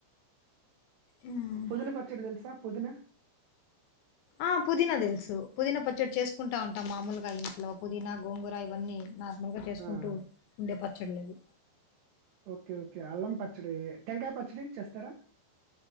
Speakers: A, on the left; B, on the right.
A: హ్మ్.
B: పుదీనా పచ్చడ తెల్సా పుదీనా
A: ఆ పుదీనా తెలుసు పుదీనా పచ్చడి చేసుకుంటా ఉంటాం. మామలుగా ఇంట్లో పుదీనా, గోంగుర ఇవన్నీ నార్మల్ గా చేసుకుంటూ
B: ఆ!
A: ఉండే ప చ్చల్లివి
B: ఓకే ఓకే అల్లం పచ్చడి, టెంకాయ పచ్చడి చేస్తారా.